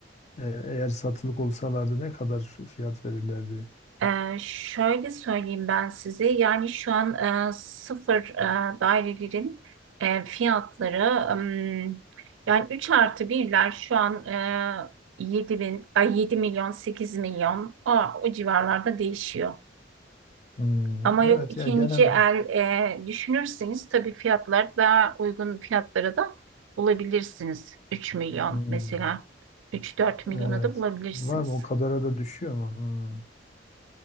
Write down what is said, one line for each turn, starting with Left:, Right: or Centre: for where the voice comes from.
Left: e, eğer satılık olsalardı ne kadar fiyat verirlerdi?
Right: e, şöyle söyleyeyim ben size yani şu an e, sıfır e, dairelerin e, fiyatları ım, yani 3 artı birler şu an e, 7 bin, ay 7 milyon 8 milyon o, o civarlarda değişiyor.
Left: Hmm,
Right: Ama
Left: evet
Right: yok ikinci
Left: ya genel
Right: el e, düşünürseniz tabii fiyatlar daha uygun fiyatlara da bulabilirsiniz. üç milyon
Left: Hmm,
Right: mesela. üç dört milyona
Left: evet
Right: da bulabilirsiniz.
Left: var mı o kadara da düşüyor mu? Hmm.